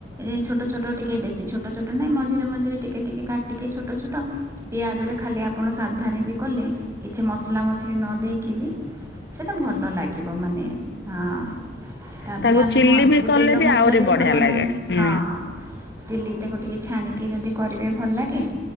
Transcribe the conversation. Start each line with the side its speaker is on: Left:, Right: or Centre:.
Right: ରେ ଛୋଟ ଛୋଟ ଟିକେ ବେଶୀ ଛୋଟ ଛୋଟ ନାଇଁ ମଝିରେ ମଝିରେ ଟିକେ। ଟିକେ କାଟିକି ଛୋଟ ଛୋଟ ପିଆଜରେ ଖାଲି ଆପଣ ସାଧାରେ ବି କଲେ କିଛି ମସଲା ମସଲି ନ ଦେଇକି ବି ସେଇଟା ଭଲ ଲାଗିବ ମାନେ ହଁ। ତାପରେ
Left: ତାକୁ
Right: ଆମେ
Left: ଚିଲି
Right: କଣ ଏତେ
Left: ବି କଲେ
Right: ତେଲ ମସଲା
Left: ଆହୁରି
Right: ବି
Left: ବଢିଆ
Right: ଭଲ
Left: ଲାଗେ
Right: ନାହିଁ
Left: ହୁଁ
Right: ହଁ ହଁ। ଚିଲିଟାକୁ ଟିକେ ଛାଣିକି ଯଦି କରିବେ ଭଲ ଲାଗେ